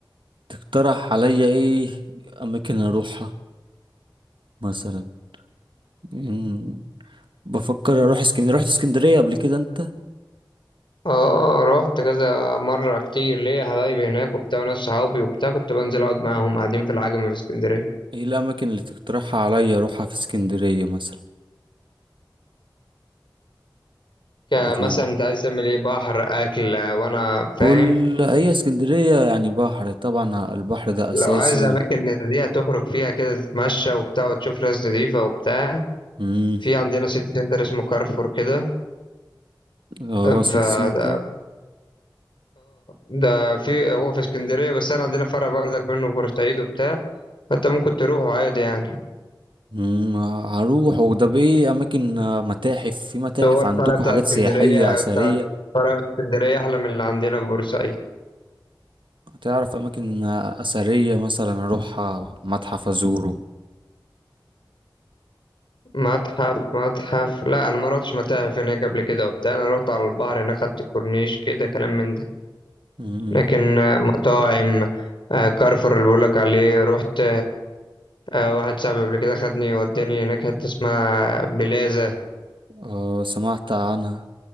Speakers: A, on the right (about 85°); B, on the left (about 80°).
A: تقترح عليا ايه اماكن اروحها مثلا مم، بفكر اروح اسكندرية رحت اسكندرية قبل كده انت
B: اه رحت كذا مرة كتير ليا حبايبي هناك وبتاع ناس صحابي وبتاع كنت بنزل أقعد معاهم قاعدين في العجمي في اسكندرية
A: ايه الاماكن اللي تقترحها عليا اروحها في اسكندرية مثلا
B: كمثلا
A: زي
B: انت عايز تعمل ايه بحر اكل وانا
A: كل
B: فاهم
A: هي اسكندرية يعني بحر طبعا البحر ده اساسي
B: لو عايز اماكن نزيهة تخرج فيها كده تتمشى وبتاع وتشوف ناس نضيفة وبتاع
A: امم
B: في عندنا سيتي سنتر اسمه كارفور كده
A: اه
B: فده
A: سيتي سنتر
B: ده ده في هو في اسكندرية بس انا عندنا فرع برضك منه في بورسعيد وبتاع فانت ممكن تروحه عادي يعني
A: امم هروح وده بايه اماكن آه، متاحف في متاحف
B: هو الفرع
A: عندكم
B: بتاع
A: حاجات
B: اسكندرية
A: سياحية اثرية
B: بتاع فرع في اسكندرية احلى من اللي عندنا في بورسعيد
A: تعرف اماكن آه، اثرية مثلا اروح آه، متحف ازوره
B: متحف متحف لا انا ما رحتش متاحف هناك قبل كده وبتاع انا رحت على البحر هناك خدت كورنيش كده كلام من ده
A: امم
B: لكن آه، مطاعم آه، كارفور اللي بقولك عليه رحت آه، واحد صاحبي قبل كده خدني وداني هناك حتة اسمها بلازا
A: اه سمعت عنها